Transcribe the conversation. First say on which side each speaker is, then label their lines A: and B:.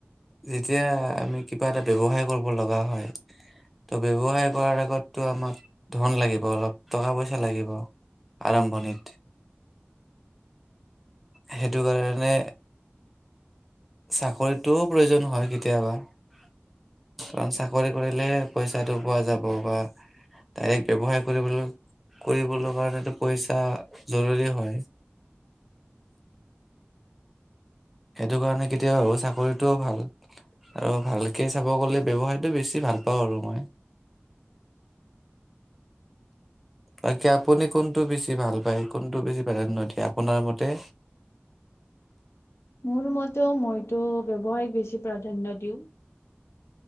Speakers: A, in the centre; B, on the left.
A: যেতিয়া আমি কিবা এটা ব্যৱসায় কৰিব লগা হয়। ত' ব্যৱসায় কৰাৰ আগতটো আমাক ধন লাগিব অলপ, টকা-পইচা লাগিব আৰম্ভণিত, সেইটো কাৰণে চাকৰিটোও প্ৰয়োজন হয় কেতিয়াবা। কাৰণ চাকৰি কৰিলে পইচাটো পোৱা যাব বা ডাইৰেক্ট ব্যৱসায় কৰিবলৈও কৰিবলৈ কাৰণেটো পইচা জৰুৰী হয়। সেইটো কাৰণে কেতিয়াবা ভাবোঁ চাকৰিটোও ভাল। আৰু ভালকে চাব গ'লে ব্যৱসায়টো বেছি ভাল পাওঁ আৰু মই। <inaudible> তাকে আপুনি কোনটো বেছি ভাল পায়? কোনটো বেছি প্ৰাধান্য দিয়ে? আপোনাৰ মতে? <inaudible>
B: মোৰ মতেও মইতো ব্যৱসায় বেছি প্ৰাধান্য দিওঁ